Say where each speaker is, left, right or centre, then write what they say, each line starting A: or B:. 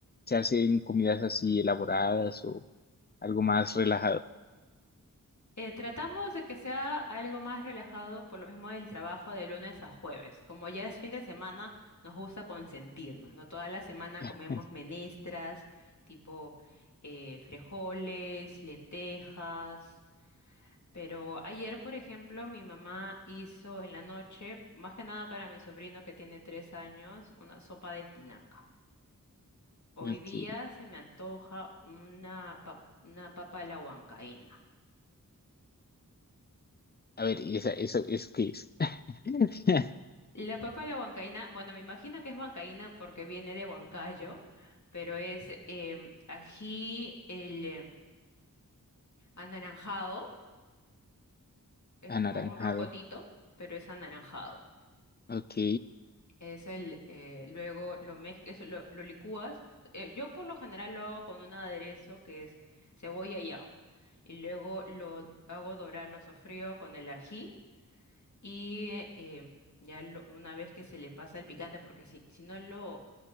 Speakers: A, on the left (about 30°); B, on the left (about 55°).
A: se hacen comidas así elaboradas o algo más relajado?
B: Eh, tratamos de que sea algo más relajado por lo mismo del trabajo de lunes a jueves. Como ya es fin de semana, nos gusta consentirnos, ¿no? Toda la semana comemos
A: <laughs>
B: menestras, tipo eh, frijoles, lentejas. Pero ayer, por ejemplo, mi mamá hizo en la noche, más que nada para mi sobrino que tiene tres años, una sopa de espinaca. Hoy
A: Ok.
B: día se me antoja una pap- una papa a la huancaína.
A: A ver, ¿y esa, eso, eso qué es? <laughs>
B: La papa a la huancaína, bueno, me imagino que es huancaína porque viene de Huancayo, pero es em, ají el em, anaranjado, es como
A: Anaranjado.
B: un rocotito, pero es anaranjado.
A: Ok.
B: Es el, eh, luego lo mezclas, lo, lo licúas. Eh, yo por lo general lo hago con un aderezo que es cebolla y ajo. Y luego lo hago dorar, lo sofrío con el ají Y eh, ya lo- una vez que se le pasa el picante, porque si, si no lo,